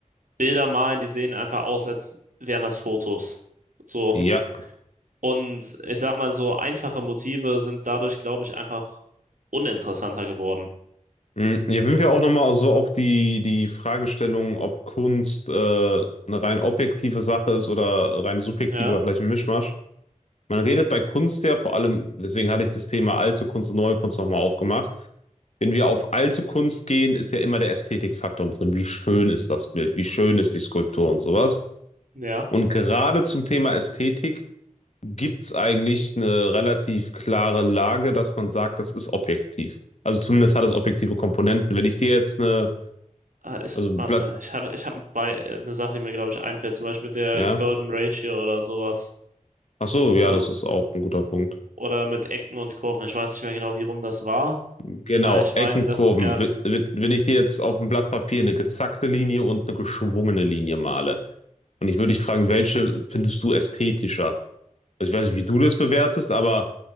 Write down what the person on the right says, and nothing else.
Bilder malen, die sehen einfach aus, als wären das Fotos. So.
<laughs> Und ich sag mal, so einfache Motive sind dadurch, glaube ich, einfach uninteressanter geworden.
Ja,
ja.
Ah, Ich,
warte
mal, ich habe ich hab bei, eine Sache, die mir, glaube ich, einfällt, zum Beispiel mit der
Golden Ratio oder sowas.
So,
oder mit Ecken und Kurven. Ich weiß nicht mehr genau, wie rum das war.
Aber ich
meine, dass
er,